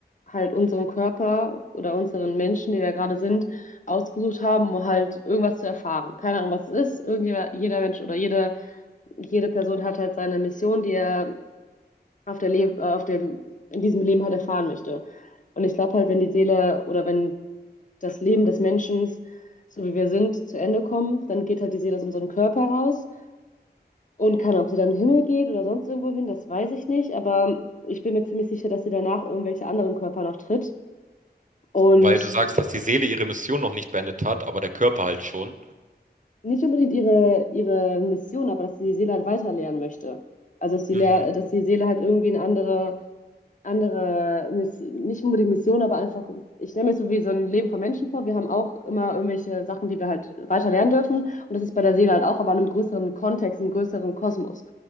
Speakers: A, on the left; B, on the right.
A: halt unseren Körper oder unseren Menschen, die wir gerade sind, ausgesucht haben, um halt irgendwas zu erfahren. Keine Ahnung, was es ist. Irgendjeder, jeder Mensch oder jede, jede Person hat halt seine Mission, die er auf der Le äh, auf dem, in diesem Leben halt erfahren möchte. Und ich glaube halt, wenn die Seele oder wenn das Leben des Menschen, so wie wir sind, zu Ende kommt, dann geht halt die Seele aus unserem Körper raus. Und kann, ob sie dann in den Himmel geht oder sonst irgendwo hin, das weiß ich nicht. Aber ich bin mir ziemlich sicher, dass sie danach irgendwelche anderen Körper noch tritt. Und
B: Weil du sagst, dass die Seele ihre Mission noch nicht beendet hat, aber der Körper halt schon.
A: nicht unbedingt ihre, ihre Mission, aber dass sie die Seele halt weiterlehren möchte. Also dass die,
B: Mhm.
A: Lehr- dass die Seele halt irgendwie eine andere andere, Miss nicht unbedingt Mission, aber einfach, ich stelle mir so wie so ein Leben von Menschen vor. Wir haben auch immer irgendwelche Sachen, die wir halt weiter lernen dürfen. Und das ist bei der Seele halt auch, aber in einem größeren Kontext, im größeren Kosmos.